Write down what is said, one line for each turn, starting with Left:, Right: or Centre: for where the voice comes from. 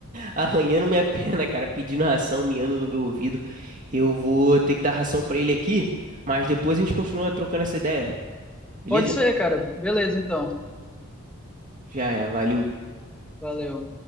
Right: arranhando minha perna, cara, pedindo ração, miando no meu ouvido. Eu vou ter que dar ração pra ele aqui, mas depois a gente continua trocando essa ideia, beleza?
Centre: Pode ser, cara. Beleza, então.
Right: Já é, valeu.
Centre: Valeu.